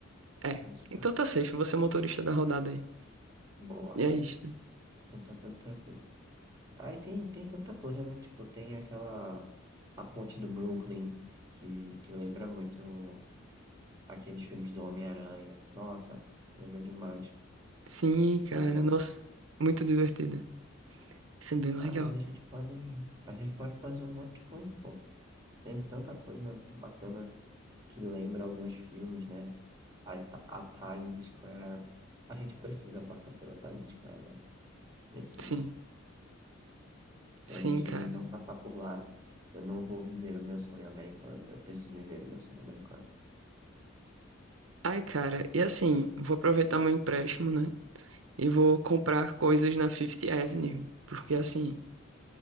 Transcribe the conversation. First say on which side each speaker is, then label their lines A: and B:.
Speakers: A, on the right; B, on the right.
A: É.
B: Faz parte.
A: Então tá safe, você é o motorista da rodada aí.
B: Boa.
A: E é isso. né?
B: Então tá tudo tranquilo. Aí tem, tem tanta coisa, né? Tipo, tem aquela... A ponte do Brooklyn, que, que lembra muito aqueles filmes do Homem-Aranha. Nossa, lembra demais,
A: Sim, cara,
B: tá ligado?
A: nossa, muito divertido. Isso é bem legal.
B: Aí a gente pode... A gente pode fazer um monte de coisa, pô. Tem tanta coisa bacana que lembra alguns filmes, né? A, a Times Square. A gente precisa passar pela Times Square, né? Precisa.
A: Sim,
B: Se
A: sim,
B: a gente
A: cara.
B: não passar por lá, eu não vou viver o meu sonho americano. Eu preciso viver o meu sonho americano.
A: Ai, cara, e assim, vou aproveitar meu empréstimo, né? E vou comprar coisas na Fifth Avenue, porque assim,